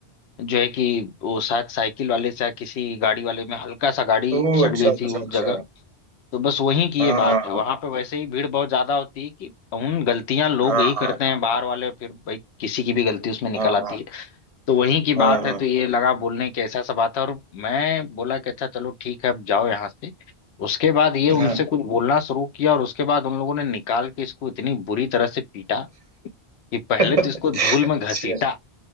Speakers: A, on the left (about 85°); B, on the right (about 45°).
A: जो है कि वो शायद साइकिल वाले से या किसी गाड़ी वाले में हल्का सा गाड़ी
B: ओह
A: सट
B: अच्छा
A: गई
B: अच्छा
A: थी उस
B: अच्छा
A: जगह तो बस वहीं की
B: हाँ
A: ये बात
B: हाँ
A: है वहां पे वैसे ही भीड़ बहुत ज्यादा होती है कि उन गलतियां लोग
B: हाँ
A: ही करते हैं बाहर वाले फिर भाई किसी की भी गलती उसमें निकल
B: हाँ
A: आती
B: हाँ
A: है तो वहीं की बात
B: हाँ हाँ
A: है तो ये लगा बोलने की ऐसा सा बात है और मैं बोला कि अच्छा चलो ठीक है अब जाओ यहाँ से उसके बाद ये उनसे
B: हाँ हाँ।
A: कुछ बोलना शुरू किया और उसके बाद उन लोगों ने निकाल के इसको इतनी बुरी तरह से पीटा कि पहले
B: <laughs>
A: तो इसको धूल
B: अच्छा।
A: में घसीटा